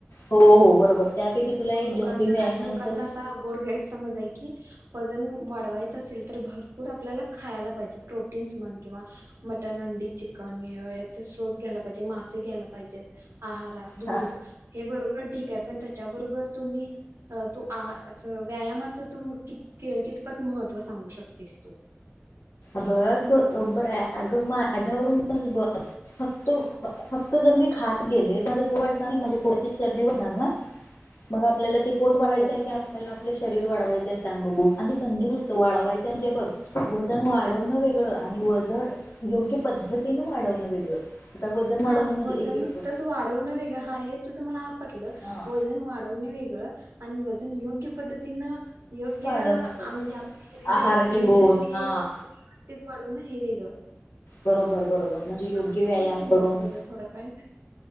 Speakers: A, on the left; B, on the right.
A: हो हो हो बरोबर त्यापैकी तुला एक
B: लोकांचा
A: दोन तीन व्यायामांच
B: काही लोकांचा असा गोड गैरसमज आहे की वजन वाढवायचं असेल तर भरपूर आपल्याला खायला पाहिजे. प्रोटीन्स म्हण किंवा मटन, अंडी, चिकनं याचे स्रोत घ्यायला पाहिजे मासे घ्यायला पाहिजेत. आहारात दूध
A: हा
B: हे बरोबर डी त्याचा त्याच्याबरोबर तुम्ही तू आ व्यायामाच तू क कितपत महत्व सांगू शकतीस तू?
A: बघ ब बरोबर आहे. माझ्यावरून बघ फक्त फक्त जर मी खात गेले, तर माझ पोट वाढणार, माझ्या पोटाची चरबी वाढणार ना मग आपल्याला ते पोट
B: हो
A: वाढवायच
B: हो
A: आहे काय आपल्याला आपल्या शरीर वाढवायच आहे सांग बघू आणि तंदुस्त वाढवायचे आहे म्हणजे बघ, व वजन वाढवणं वेगळं आणि वजन योग्य पद्धतीन वाढवणं वेगळं. आता वजन वाढवणं
B: हा
A: म्हणजे
B: वजन
A: एक एक
B: नुसतंच वाढवणं वेगळं हा हे तुझं मला पटलं,
A: हा
B: वजन वाढवण वेगळं आणि वजन योग्य पद्धतीन योग्य
A: वाढवण
B: म्हणजे आपले शरीर
A: आहार घेऊन
B: षष्टी
A: हा
B: हे <inaudible> व्यवस्थित वाढवणं हे वेगळं.
A: बरोबर बरोबर. म्हणजे योग्य
B: आता समजते
A: व्यायाम करून
B: मला तुझं थोडं पॉईंट.